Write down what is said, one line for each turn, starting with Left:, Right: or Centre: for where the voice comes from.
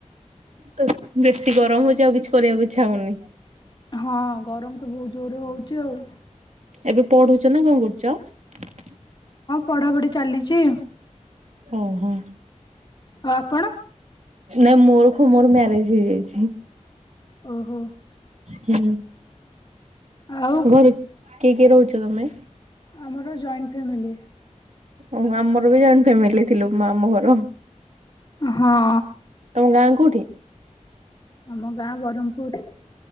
Right: ତ ବେଶି ଗରମ ହଉଛି ଆଉ କିଛି କରିବାକୁ ଇଚ୍ଛା ହଉନି
Left: ହଁ ଗରମ ତ ବହୁତ ଜୋରରେ ହଉଛି ଆଉ
Right: ଏବେ ପଢୁଛ ନା କଣ କରୁଛ?
Left: ପଢ଼ାପଢ଼ି ଚାଲିଛି
Right: ଓ ହୋ।
Left: ଆଉ ଆପଣ
Right: ନାଇଁ ମୋର କଣ ମୋର ମ୍ୟାରେଜ ହେଇଯାଇଛି।
Left: ଓହୋ।
Right: ହୁଁ।
Left: ଆଉ
Right: ଘରେ କିଏ କିଏ ରହୁଛି। ତମେ
Left: ଆମର ଜଏଣ୍ଟ ଫ୍ୟାମିଲି
Right: ହ ଆମର ବି ଜଏଣ୍ଟ ଫ୍ୟାମିଲି ଥିଲୁ ମାମୁଁ ଘର
Left: ହଁ
Right: ତମ ଗାଁ କୋଉଠି?
Left: ଆମ ଗାଁ ବରମ୍ପୁର